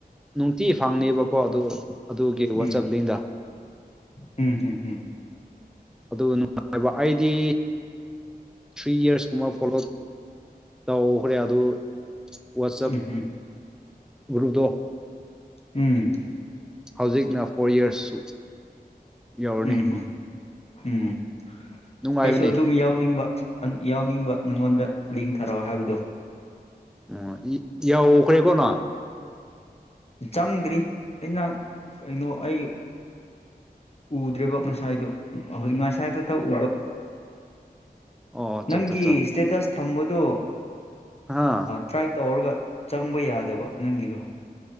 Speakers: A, in the centre; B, on the left (about 40°).
A: ꯅꯨꯡꯇꯤ ꯐꯪꯅꯦꯕꯀꯣ ꯑꯗꯨ ꯑꯗꯨꯒꯤ ꯋꯥꯆꯞ
B: ꯎꯝ
A: ꯂꯤꯡꯗ
B: ꯎꯝ ꯎꯝ ꯎꯝ
A: ꯑꯗꯨ ꯅꯨꯡꯉꯥꯏꯕ ꯑꯩꯗꯤ ꯊ꯭ꯔꯤ ꯏꯌꯔꯁ ꯀꯨꯝꯕ ꯐꯣꯂꯣ ꯇꯧꯈ꯭ꯔꯦ ꯑꯗꯨ ꯋꯥꯆꯞ
B: ꯎꯝ
A: ꯔꯨꯗꯣ <unintelligible>
B: ꯎꯝ
A: ꯍꯧꯖꯤꯛꯅ ꯐꯣꯔ ꯢꯌꯔꯁꯁꯨ ꯌꯧꯔꯅꯤ
B: ꯎꯝ ꯍꯝ ꯎꯝ
A: ꯅꯨꯡꯉꯥꯏꯕꯅꯦ
B: ꯑꯩꯁꯨ ꯑꯗꯨꯝ ꯌꯥꯎꯅꯤꯡꯕ ꯌꯥꯎꯅꯤꯡꯕ ꯅꯪꯉꯣꯟꯗ ꯂꯤꯡ ꯊꯥꯔꯛꯑꯣ ꯍꯥꯏꯕꯗꯣ
A: ꯑꯣ ꯌꯥꯎꯈ꯭ꯔꯦꯀꯣ ꯅꯪ
B: ꯆꯪꯗ꯭ꯔꯤ ꯑꯩꯅ ꯀꯩꯅꯣ ꯑꯩ ꯎꯗ꯭ꯔꯦꯕ ꯉꯁꯥꯏꯗꯣ ꯍꯧꯖꯤꯛ ꯉꯁꯥꯏ ꯈꯛ ꯇ ꯎꯕ
A: ꯑꯣ ꯑꯠꯆꯥ
B: ꯅꯪꯒꯤ
A: ꯑꯠꯆꯥ ꯑꯠꯆꯥ
B: ꯏꯁꯇꯦꯇꯁ ꯊꯝꯕꯗꯣ
A: ꯑ
B: ꯇ꯭ꯔꯥꯏ ꯇꯧꯔꯒ ꯆꯪꯕ ꯌꯥꯗꯕ ꯅꯪꯒꯤꯗꯣ